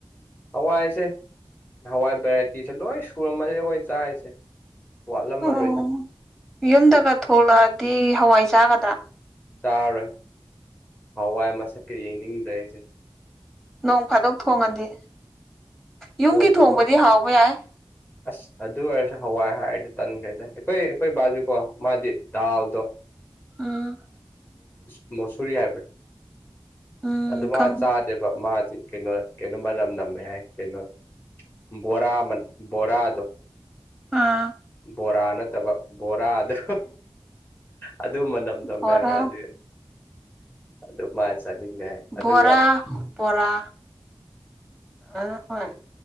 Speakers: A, on the left; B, in the centre.
A: ꯍꯋꯥ ꯍꯥꯏꯁꯦ ꯍꯋꯥꯏ ꯚꯦꯔꯥꯏꯇꯤꯁꯦ ꯂꯣꯏ ꯁꯨꯔꯝꯃꯁꯦ ꯍꯈꯣꯏ ꯆꯥꯔꯤꯁꯦ ꯋꯥꯠꯂꯝꯃꯔꯣꯏꯗ
B: ꯑꯣ ꯌꯨꯝꯗꯒ ꯊꯣꯛꯂꯛꯑꯗꯤ ꯍꯋꯥꯏ ꯆꯥꯒꯗ꯭ꯔꯥ
A: ꯆꯥꯎꯥꯔꯦ ꯍꯋꯥꯏ ꯃꯁꯛꯀ ꯌꯦꯡꯅꯤꯡꯗ꯭ꯔꯦꯁꯦ
B: ꯅꯣꯡ ꯐꯥꯗꯣꯛ ꯊꯣꯡꯉꯗꯤ ꯌꯨꯝꯒꯤ
A: ꯅꯣꯡ ꯐꯥꯗꯣꯛ
B: ꯊꯣꯡꯕꯗꯤ ꯍꯥꯎꯕ ꯌꯥꯏ
A: ꯑꯁ ꯑꯗꯨ ꯑꯣꯏꯔꯁꯨ ꯍꯋꯥꯏ ꯍꯥꯏꯔꯗꯤ ꯇꯟꯈ꯭ꯔꯦꯗ ꯑꯩꯈꯣꯏ ꯑꯩꯈꯣꯏ ꯕꯥꯖꯨꯀꯣ ꯃꯥꯗꯤ ꯗꯥꯜꯗꯣ
B: ꯎꯝ
A: ꯃꯁꯔꯤ ꯍꯥꯏꯕ
B: ꯎꯝ
A: ꯑꯗꯨ ꯃꯥ
B: ꯈꯪ
A: ꯆꯥꯗꯦꯕ ꯃꯥꯗꯤ ꯀꯩꯅꯣ ꯀꯩꯅꯣ ꯃꯅꯝ ꯅꯝꯃꯦ ꯍꯥꯏ ꯀꯩꯅꯣ ꯕꯣꯔꯥ ꯑꯃꯅꯤ ꯕꯣꯔꯥꯗꯣ
B: ꯎꯝ
A: ꯕꯣꯔꯥ ꯅꯠꯇꯕ ꯕꯣꯔꯥ ꯑꯗꯨ ꯑꯗꯨ ꯃꯅꯝ ꯅꯝꯃꯦꯕ
B: ꯕꯣꯔꯥ
A: ꯑꯗꯨꯒꯤ ꯑꯗꯨ ꯃꯥ ꯆꯅꯤꯡꯅꯦ ꯍꯥꯏ ꯑꯗꯨꯒ
B: ꯕꯣꯔꯥ ꯕꯣꯔꯥ ꯑ ꯍꯣꯏ